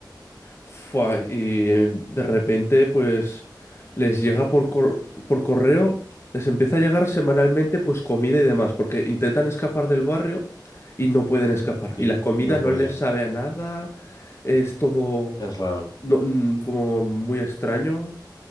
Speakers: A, on the left; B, on the left.
A: Fua, y eh, de repente, pues, les llega por, cor- por correo, les empieza a llegar semanalmente, pues, comida y demás, porque intentan escapar del barrio y no pueden escapar.
B: Sí,
A: Y la comida
B: y no
A: no
B: pueden.
A: les sabe a nada, es todo
B: Es raro,
A: no- mm, como muy extraño.